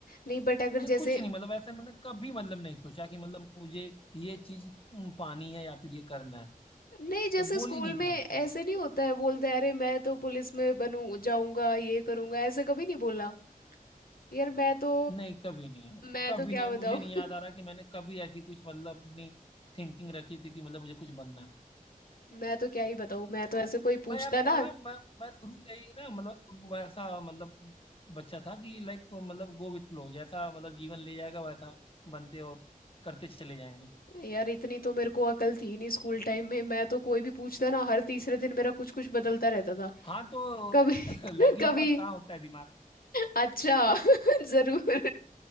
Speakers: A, on the left (about 80°); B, on the left (about 40°).
A: नहीं बट अगर
B: ये कुछ
A: जैसे
B: नहीं मतलब ऐसे मैंने कभी मतलब नहीं सोचा कि मतलब मुझे ये चीज पानी है या फिर ये करना है
A: नहीं जैसे
B: तो गोल
A: स्कूल
B: ही नहीं
A: में
B: था
A: ऐसे
B: मतलब
A: नहीं होता है बोलते हैं अरे मैं तो पुलिस में बनू जाऊंगा ये करूंगा ऐसे कभी नहीं बोला यार मैं तो
B: नहीं कभी नहीं यार
A: मैं
B: कभी
A: तो क्या
B: नहीं
A: बताऊँ
B: मुझे नहीं याद आ रहा कि मैंने कभी ऐसी कुछ मतलब अपनी थिंकिंग रखी थी कि मतलब मुझे कुछ बनना है
A: <laughs> मैं तो क्या ही बताऊँ मैं
B: मैं
A: तो ऐसे कोई पूछता
B: मैं यार
A: ना
B: थोड़ा ना मैं मैं शुरू से ही ना मतलब वैसा मतलब बच्चा था कि लाइक मतलब गो विथ फ्लो जैसा मतलब जीवन ले जाएगा वैसा बनते और करते चले जाएंगे
A: यार इतनी तो मेरे को अकल थी नहीं स्कूल टाइम में मैं तो कोई भी पूछता ना हर तीसरे दिन मेरा कुछ कुछ बदलता रहता था
B: हाँ तो
A: कभी <laughs>
B: <laughs> लड़कियों
A: कभी
B: के पास कहाँ होता है दिमाग
A: अच्छा <laughs> जरूर